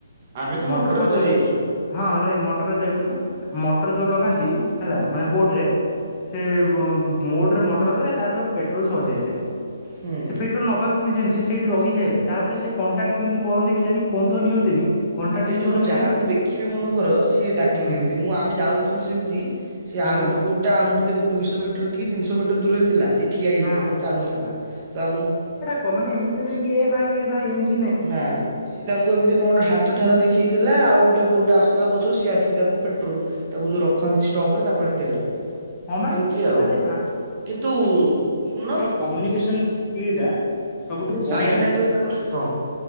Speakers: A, on the right (about 25°); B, on the left (about 15°).
A: ଆମେ ତ
B: ମଟର
A: ମୋଟରରେ
B: ପଚର
A: ଯାଇଥିଲୁ।
B: ହଁ ନାଁ ମଟର ଯାଉଥିଲ ବା ମଟର ଯୋଉ ଲଗାନ୍ତି ହେଲା ମାନେ ବୋଟ ରେ ସେ ମୋଟରେ ମଟରରେ ତାର ସବୁ ପେଟ୍ରୋଲ ସରି ଯାଇଥାଏ।
A: ହୁଁ
B: ସେ ପେଟ୍ରୋଲ ନବାକି ବୁଲଯାନିଚି ସେଇଠି ରହିଯାଏ। ତାପରେ ସେ କଣ୍ଟାକ୍ଟ କେମିତି କରନ୍ତି କେ ଜାଣି। ଫୋନ ତ ନିଅନ୍ତିନି। କଣ୍ଟାକ୍ଟ
A: ସେ
B: କେମିତି
A: ଯୋଉ
B: କରନ୍ତି
A: ଯାହାକୁ
B: କେଜାଣି
A: ଦେଖିବି ମନ କର ସିଏ ଡାକି
B: ହୁଁ
A: ଦିଅନ୍ତି ମୁଁ ଆମେ ଯାଉଥିଲୁ ସେମିତି ସେ
B: ହଁ
A: ଆଉ ଗୋ ବୋଟା ଆମଠୁ କେତେ ଦିଶ ମିଟର କି ତିନିଶ ମିଟର ଦୂର ଥିଲା ସେ ଠିଆ ହେଯାଇଥିଲା
B: ହଁ
A: ମାନେ ଚାଲୁ ନଥିଲା ତ
B: କ ମାନେ ଏମିତି ନାଇଁ କି ଏ ଭାଇ ଏ ଭାଇ ଏମତି
A: ନା ସିଏ ତାଙ୍କୁ ଏମିତି କଣ ହାତ ହାତ ଠାରେ ଦେଖିେଇଥିଲା ଆଉ ଗୋଟେ ବୋଟ ଆସୁଥିଲା ପଛରୁ ସିଏ ଆସିକି ତାକୁ ପେଟ୍ରୋଲ ତାକୁ ଯୋଉ ରଖନ୍ତି। ଷ୍ଟକରେ ତାକୁ ଆଣି ଦେଲା
B: ହଁ ବା
A: ଏମିତି ଆଉ
B: ଆରେ
A: କିନ୍ତୁ ଶୁଣୁନ
B: କମ୍ୟୁନିକେସନ୍ ସ୍କିଲ୍ ଟା ସବୁଥୁରୁ
A: ହଁ
B: ବଢିଆ
A: ସାଇନ ଲାଙ୍ଗୁଏଜ
B: ଅଛି
A: ତାଙ୍କର ଷ୍ଟ୍ରଙ୍ଗ